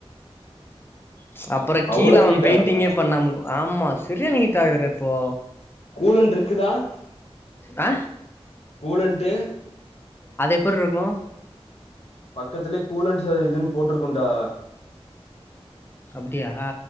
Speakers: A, on the left (about 20°); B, on the left (about 75°).
A: ச்ச் அப்பற
B: அவ்ளோ
A: கீழ அவ
B: ஹீட்
A: பெயிண்டிங்கே
B: ஆவுதா
A: பண்ணாம ஆமா பிரியாணி ஹீட் ஆகுதுட இப்போ
B: <inaudible>
A: அ
B: <unintelligible> ன்ட்டு
A: அது எப்புருக்கோ
B: பக்கத்துலே கூலன் ச இதுன் போட்ருக்குன்டா
A: அப்டியா